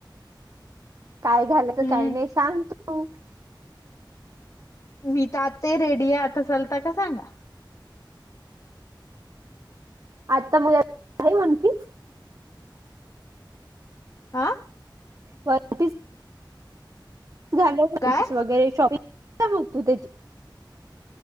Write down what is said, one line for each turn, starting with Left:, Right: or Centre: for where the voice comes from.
Right: काय घालायचं
Left: हम्म
Right: काय नाय सांग तू
Left: मी त्यात रेडी आता चालता का सांगा.
Right: आता मुला लय मन तीस
Left: आ
Right: वर तीस तु घालावं
Left: काय
Right: वन पीस वगैरे शॉपिंग फी काय बगतो त्याची